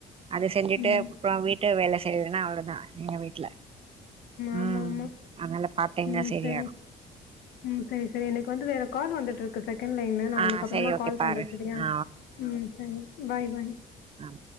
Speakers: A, on the right; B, on the left.
A: அது செஞ்சிட்டு
B: ம்.
A: அப்புறோ வீட் டு வேலை செய்றதுன்னா அவ்ளவுதா எங்க வீட்ல
B: ஆமா
A: ம்
B: ஆமா
A: அதனால பார்ட் டைம்தா
B: ம்
A: சரியா
B: சரி
A: இர்க்கோ
B: ம் செரி செரி எனக்கு வந்து வேற கால் வந்துட்டு இருக்கு எனக்கு செகண்ட் லைன்ல நா
A: ஆ
B: உனக்கு அப்பறமா
A: சரி ஓகே
B: கால் பண்றே
A: பாரு
B: சரியா
A: ஆ
B: ம் சரி பாய் பாய்
A: ஆம்